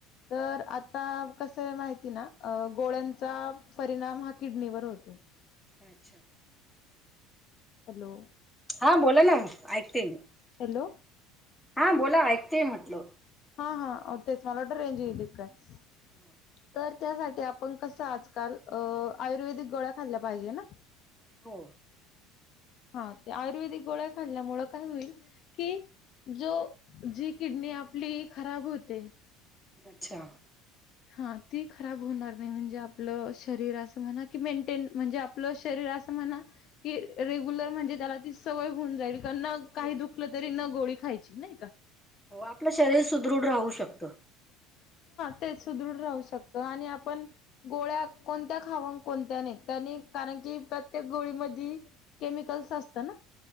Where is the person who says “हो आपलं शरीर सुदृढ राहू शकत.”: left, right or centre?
Centre